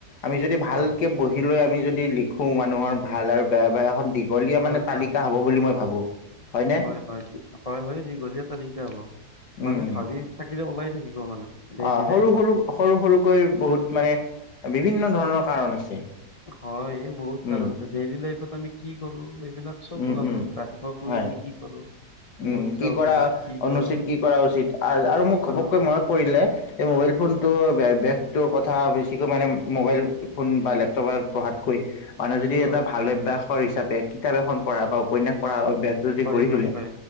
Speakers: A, on the left; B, on the left.
A: আমি যদি ভালকে
B: হয়
A: বহি লৈ আম- আমি যদি লিখোঁ মানুহৰ ভাল আৰু বেয়া বেয়া এখন দীঘলীয়া
B: হয়
A: মানে তালিকা
B: হয় হয়
A: হ'ব বুলি মই ভাবোঁ। হয়নে
B: হয় হয়, হয় হয় দীঘলীয়া তালিকা হ'ব মানে
A: উম উম
B: ভাবি থাকিলে ওলাই থাকিব মানে। ডেইলি
A: অ সৰু
B: লাইফত
A: -সৰু সৰু সৰুকৈ বহুত মানে বিভিন্ন ধৰণৰ কাৰণ আছে।
B: হয় বহুত
A: উম
B: কাৰণ আছে ডেইলি লাইফত আমি কি কৰো ৰ'দ চ'ব
A: উম,
B: ওলাব
A: উম,
B: ৰাতিপুৱা শুই
A: হয়।
B: উঠি কি কৰো। ক'ত
A: উম
B: যাওঁ
A: কি কৰা
B: তোমাৰ কি
A: অনুচিত
B: কৰো
A: কি কৰা উচিত আৰু মোক ঘপককৈ
B: অ
A: মনত পৰিলে এ মব- এই ফোনটো বাইদেশতো কথা বেছিকৈ মানে মোবাইল- ফোন বা লেপটপত পঢ়াতকৈ মানুহে
B: হয়
A: যদি এটা ভাল অভ্যাসৰ হিচাপে- কিতাপ এখন পঢ়া বা উপন্যাস পঢ়া অভ্যাসটো
B: হয়
A: যদি গঢ়ি
B: হয়
A: তোলে।
B: হয়